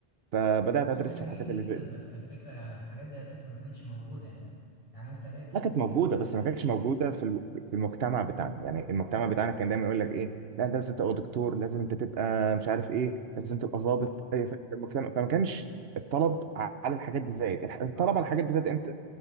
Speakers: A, on the right; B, on the left.
A: فبدات
B: هو
A: ادرس
B: ده جميل
A: في الحاجات
B: جدا
A: اللي
B: بس الفكرة يعني الحاجات دي أساسا ما كانتش موجودة يعني يعني أنت لقيتها
A: ما
B: منين
A: كانت موجوده
B: أو قريتها
A: بس
B: منين؟
A: ما كانتش موجوده في الو- في المجتمع بتاعنا يعني المجتمع بتاعنا كان دايما يقول لك ايه لا انت لازم تبقى دكتور لازم انت تبقى مش عارف ايه لازم تبقى ضابط
B: أه
A: إيه، ف- المجتمع- فما كانش الطلب على الحاجات دي زايد الح- الطلب
B: صح
A: على الحاجات دي زايد امتى؟